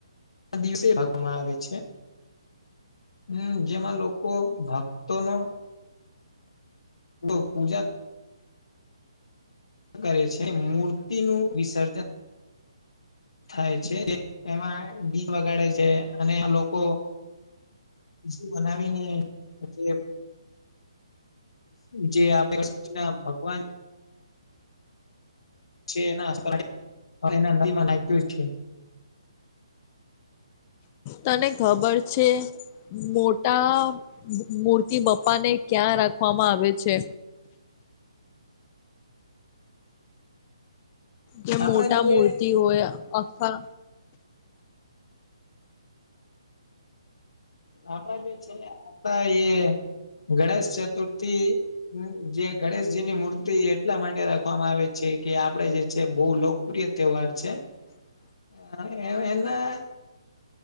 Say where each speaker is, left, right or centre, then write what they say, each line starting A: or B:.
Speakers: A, on the left; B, on the left.
A: આ દિવસે ભાગમાં આવે છે હમ જેમાં લોકો ભક્તો નો તો પૂજા કરે છે મૂર્તિ નું વિસર્જન થાય છે એમાં ગીધ વગાડે છે અને લોકો ખુશી બનાવીને જે જે આપે પ ના ભગવાન છે એના એના ના્યું છે.
B: તને ખબર છે! મોટા મૂર્તિ બપ્પા ને ક્યાં રાખવામાં આવે છે? જે
A: આપણા
B: મોટા
A: જે
B: મૂર્તિ હોય અખા
A: આપડા જે છે આપડા એ ગણેશ ચતુર્થી હ જે ગણેશજીની મૂર્તિ એટલા માટે રાખવામાં આવે છે કે આપડે જે છે બહુ પ્રિય તહેવાર છે.
B: હ <unintelligible>
A: હ એ એ